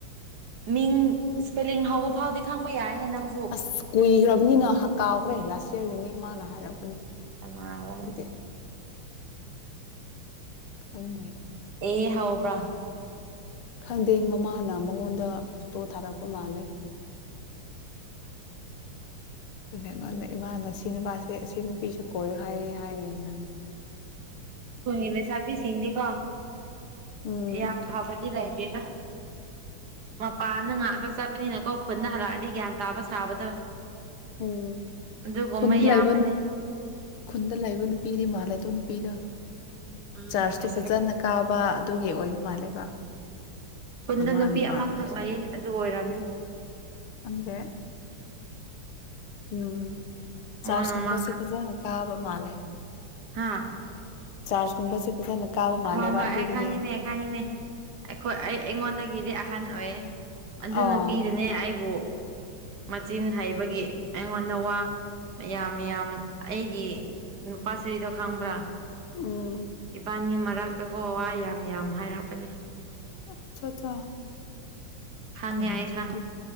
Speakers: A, on the right (about 55°); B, on the left (about 75°).
A: ꯃꯤꯡ ꯏꯁꯄꯦꯂꯤꯡ ꯍꯥꯎꯕ ꯐꯥꯎꯗꯤ ꯈꯪꯕ ꯌꯥꯏꯅꯦ ꯅꯪ
B: ꯑꯁ ꯀꯨꯏꯈ꯭ꯔꯝꯅꯤꯅ ꯀꯥꯎꯈ꯭ꯔꯦ <unintelligible> ꯃꯃꯥꯅ ꯍꯥꯏꯔꯛꯄꯅꯦ
A: ꯀꯅꯥꯔꯅꯦ
B: ꯑꯗꯨꯒꯤ ꯈꯪꯗꯦ
A: ꯑꯦ ꯍꯧꯕ꯭ꯔ
B: ꯈꯪꯗꯦ ꯃꯃꯥꯅ ꯃꯉꯣꯟꯗ ꯐꯣꯇꯣ ꯊꯥꯔꯛꯄ ꯃꯥꯜꯂꯦ <unintelligible> ꯏꯃꯥꯅ ꯁꯤ ꯅꯨꯄꯥꯁꯦ ꯁꯤ ꯅꯨꯄꯤꯁꯦ ꯀꯣꯏꯌꯨ ꯍꯥꯏꯌꯦ ꯍꯥꯏꯅ ꯌꯦꯡꯍꯟ
A: ꯈꯨꯟꯒꯤ ꯂꯩꯁꯥꯕꯤꯁꯤꯡꯗꯤꯀꯣ
B: ꯎꯝ
A: ꯌꯥꯝ ꯐꯕꯗꯤ ꯂꯩꯇꯦꯗ ꯃꯄꯥꯟꯗ
B: ꯈꯪꯗꯦ
A: ꯉꯥꯛꯇ ꯆꯠꯄꯅꯤꯅꯀꯣ ꯈꯨꯟꯗ ꯍꯜꯂꯛꯑꯗꯤ ꯒ꯭ꯌꯥꯟ ꯇꯥꯕ ꯁꯥꯕꯗꯣ
B: ꯎꯝ
A: ꯑꯗꯨꯒꯨꯝꯕ
B: ꯈꯨꯟꯗ
A: ꯌꯥꯝꯕꯅꯦ
B: ꯂꯩꯕ ꯈꯨꯟꯗ ꯂꯩꯕ ꯅꯨꯄꯤꯗꯤ ꯃꯥꯜꯂꯦ ꯑꯗꯨ ꯅꯨꯄꯤꯗꯣ
A: ꯎꯝ
B: ꯆꯥꯔꯖꯇꯣ
A: ꯑꯁ
B: ꯐꯖꯅ ꯀꯥꯕ ꯑꯗꯨꯒꯤ ꯑꯣꯏꯕ ꯃꯥꯜꯂꯦꯕ
A: ꯈꯨꯟꯗ
B: ꯃꯃꯥ
A: ꯅꯨꯄꯤ
B: ꯅꯨꯄꯥ
A: ꯑꯃꯈꯛ
B: ꯁꯤꯅ
A: ꯂꯩꯌꯦ ꯑꯗꯨ ꯑꯣꯏꯔꯝꯅꯤ
B: ꯈꯪꯗꯦ ꯎꯝ ꯆꯥꯔꯖꯀꯨꯝꯕꯁꯦ
A: ꯃꯥ ꯃꯥ
B: ꯐꯖꯅ ꯀꯥꯕ ꯃꯥꯜꯂꯦ
A: ꯍꯥꯥ
B: ꯆꯥꯔꯖꯀꯨꯝꯕꯁꯦ ꯐꯖꯅ ꯀꯥꯕ ꯃꯥꯜꯂꯦꯕ
A: ꯍꯣꯏ ꯍꯣꯏ
B: ꯑꯗꯨꯗꯒꯤ
A: ꯑꯩ ꯈꯪꯉꯤꯅꯦ ꯑꯩ ꯈꯪꯉꯤꯅꯦ ꯑꯩꯈꯣꯏ ꯑꯩ ꯑꯩꯉꯣꯟꯗꯒꯤꯗꯤ ꯑꯍꯟ ꯑꯣꯏꯌꯦ ꯑꯗꯨ
B: ꯑꯥ
A: ꯅꯨꯄꯤꯗꯨꯅꯦ ꯑꯩꯕꯨ ꯃꯆꯤꯟ ꯍꯩꯕꯒꯤ ꯑꯩꯉꯣꯟꯗ ꯋꯥ ꯌꯥꯝ ꯌꯥꯝ ꯑꯩꯒꯤ ꯅꯨꯄꯥꯁ꯭ꯔꯤꯗꯣ ꯈꯪꯕ꯭ꯔ
B: ꯎꯝ
A: ꯏꯕꯥꯅꯤ ꯃꯔꯛꯇꯀꯣ ꯋꯥ ꯌꯥꯝ ꯌꯥꯝ ꯍꯥꯏꯔꯛꯄꯅꯦ
B: ꯑꯆꯥ ꯑꯆꯥ
A: ꯈꯥꯡꯉꯦ
B: ꯀꯔꯤ
A: ꯑꯩ
B: ꯅꯨꯄꯤ
A: ꯈꯥꯡꯉꯦ